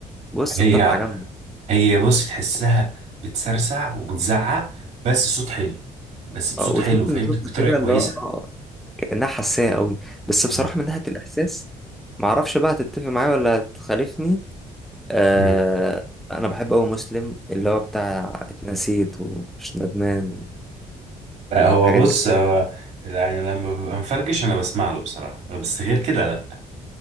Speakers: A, in the centre; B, on the right.
A: بص
B: هي
A: طالعة جامدة
B: هي بص تحسها بتسرسع وبتزعق بس صوت حلو بس بصوت
A: آه، وتحس
B: حلو فاهم
A: إن صوتها
B: بطريقة
A: كده اللي
B: كويسة
A: هو آه، كأنها حساسة قوي بس بصراحة
B: آه.
A: من ناحية الإحساس معرفش بقى هتتفق معايا ولا هتخالفني آه
B: مم.
A: أنا بحب أوي مسلم اللي هو بتاع اتنسيت ومش ندمان
B: لا هو
A: والحاجات
B: بص
A: دي
B: هو يعني لما ببقى مفرجش انا بسمع له بصراحة بس غير كده لا